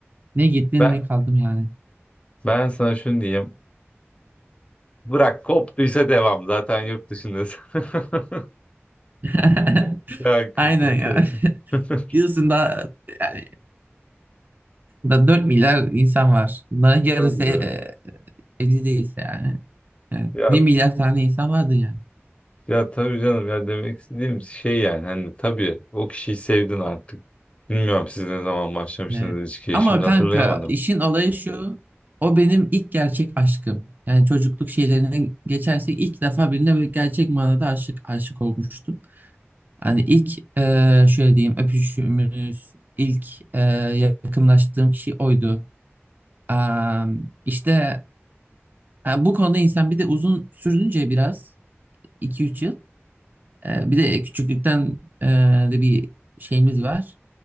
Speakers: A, on the right; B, on the left.
A: Ne gittin
B: ben
A: ne kaldım yani.
B: ben sana şunu diyeyim. Bırak koptuysa devam. Zaten yurt dışındasın. <laughs>
A: <laughs>
B: Ya kötü
A: Aynen
B: bir şey.
A: ya. <laughs>
B: <laughs>
A: Diyorsun da yani da 4 milyar insan var. Bunların yarısı
B: Tabii.
A: e, evli değilse yani. Evet.
B: Ya
A: 1 milyar tane insan vardı yani.
B: ya tabii canım ya demek istediğim şey yani hani tabii o kişiyi sevdin artık. Bilmiyorum siz ne zaman başlamıştınız
A: Ee,
B: ilişkiye
A: ama
B: şimdi
A: kanka
B: hatırlayamadım.
A: işin olayı şu. O benim ilk gerçek aşkım. Yani çocukluk şeylerine geçersek ilk defa birine böyle gerçek manada aşık aşık olmuştum. Hani ilk e, şöyle diyeyim öpüşümüz, ilk e, yakınlaştığım kişi oydu. Am, işte ha, bu konuda insan bir de uzun sürdünce biraz iki üç yıl. e, bir de küçüklükten e, de bir şeyimiz var.